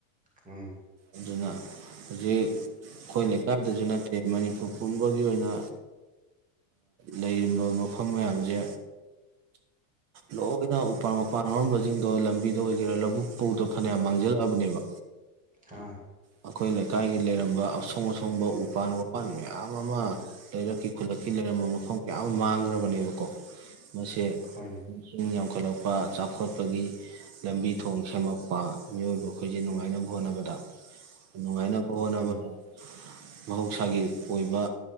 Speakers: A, on the right; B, on the right.
A: ꯎꯝ
B: ꯑꯗꯨꯅ ꯍꯧꯖꯤꯛ ꯑꯩꯈꯣꯏ ꯂꯩꯀꯥꯏꯗꯁꯨ ꯅꯠꯇꯦ ꯃꯅꯤꯄꯨꯔ ꯄꯨꯝꯕꯒꯤ ꯑꯣꯏꯅ ꯂꯩꯔꯤꯕ ꯃꯐꯝ ꯃꯌꯥꯝꯁꯦ ꯂꯣꯏꯅ ꯎꯄꯥꯟ ꯃꯄꯥꯟ ꯍꯧꯔꯝꯕꯁꯤꯡꯗꯣ ꯂꯝꯕꯤꯗ ꯑꯣꯏꯒꯦꯔꯥ ꯂꯧꯕꯨꯛ ꯐꯥꯎꯗ ꯐꯅꯌꯥꯝ ꯃꯥꯡꯁꯤꯜꯂꯛꯑꯕꯅꯦꯕ
A: ꯑꯥ
B: ꯑꯩꯈꯣꯏ ꯂꯩꯀꯥꯏꯒꯤ ꯂꯩꯔꯝꯕ ꯑꯁꯣꯡ ꯑꯁꯣꯡꯕ ꯎꯄꯥꯟ ꯋꯥꯄꯥꯟ ꯃꯌꯥꯝ ꯑꯃ ꯂꯩꯔꯛꯀꯤ ꯈꯨꯂꯛꯀꯤ ꯂꯩꯔꯝꯕ ꯃꯐꯝ ꯀꯌꯥ ꯑꯃ ꯃꯥꯡꯈ꯭ꯔꯕꯅꯦꯕꯀꯣ ꯃꯁꯦ
A: ꯍꯣꯏꯅꯦ
B: ꯏꯁꯤꯡ ꯌꯥꯝꯈꯠꯂꯛꯄ ꯆꯥꯎꯈꯠꯄꯒꯤ ꯂꯝꯕꯤ ꯊꯣꯡ ꯁꯦꯝꯃꯛꯄ ꯃꯤꯑꯣꯏꯕ ꯑꯩꯈꯣꯏꯁꯦ ꯅꯨꯡꯉꯥꯏꯅꯕ ꯍꯣꯠꯅꯕꯗ ꯅꯨꯡꯉꯥꯏꯅꯕ ꯍꯣꯠꯅꯕꯗ
A: ꯎꯝ
B: ꯃꯍꯧꯁꯥꯒꯤ ꯑꯣꯏꯕ